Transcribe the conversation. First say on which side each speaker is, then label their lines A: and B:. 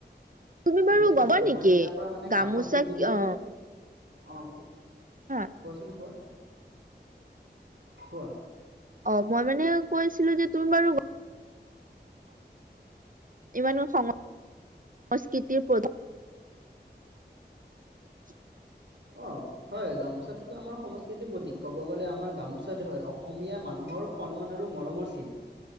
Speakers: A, on the right; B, on the right.
A: তুমি বাৰু
B: ঠিকে কৈছে,
A: গবা নেকি
B: মই এতিাৰ পৰা মানে
A: গামোচা
B: কাপোৰ কিনিলে
A: কি অ
B: আহ
A: হা
B: কোৱাচোন কোৱা, কোৱা।
A: অ' মই মানে কৈছিলো যে তুমি বাৰু। ইমানৰ সংস সংস্কৃতিৰ প্ৰধান। <inaudible>
B: অ' হয়, গামোচাটোতো আমাৰ সংস্কৃতিৰ প্ৰতীক ক'ব গ'লে আমাৰ গামোচাতে হয় অসমীয়া মানুহৰ মৰ সন্মান আৰু মৰমৰ চিন।